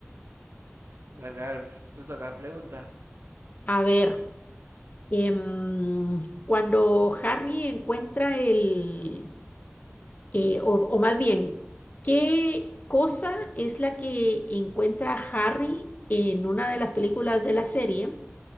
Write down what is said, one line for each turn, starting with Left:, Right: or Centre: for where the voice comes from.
Right: Dale, a ver, te toca, pregunta.
Left: A ver, em, cuando Harry encuentra el, eh, o, o más bien, ¿qué cosa es la que encuentra Harry en una de las películas de la serie?